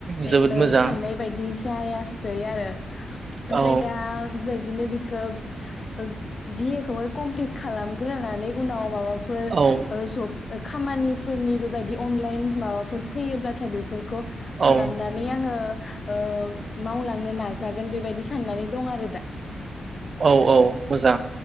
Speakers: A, on the left (about 35°); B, on the right (about 40°).
A: ओइ
B: जोबोद
A: ओ
B: मोजां
A: साननाय बायदिस जायासै आरो ओमफ्राय
B: औ
A: दा बिबायद दिनो बिखोब ओ बि ए खौहाय कमप्लिट खालामग्रोनानै उनाव माबा फो
B: औ
A: ओ जब ओ खामानिफोरनि बेबादि अनलाइन माबाफोर फैयोब्लाथाय बेफोरखौ
B: औ
A: खालामनानै आङो ओ मावलांनो नाजागोन बेबादि साननानै दं आरो दा।
B: औ औ मोजां